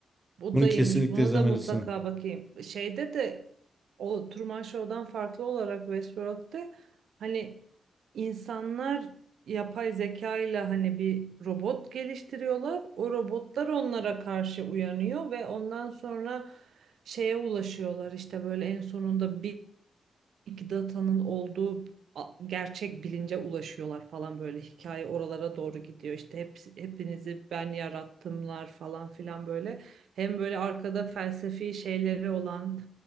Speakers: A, on the right (about 80°); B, in the centre.
A: Bu
B: Bunu
A: da
B: kesinlikle
A: iyiymiş. Buna
B: izlemelisin.
A: da mutlaka bakayım. Şeyde de o Truman Show'dan farklı olarak Westworld'de hani insanlar yapay zeka ile hani bir robot geliştiriyorlar. O robotlar onlara karşı uyanıyor ve ondan sonra şeye ulaşıyorlar işte böyle en sonunda big data'nın olduğu a- gerçek bilince ulaşıyorlar falan böyle hikaye oralara doğru gidiyor. İşte hep, hepinizi ben yarattımlar falan filan böyle. Hem böyle arkada felsefi şeyleri olan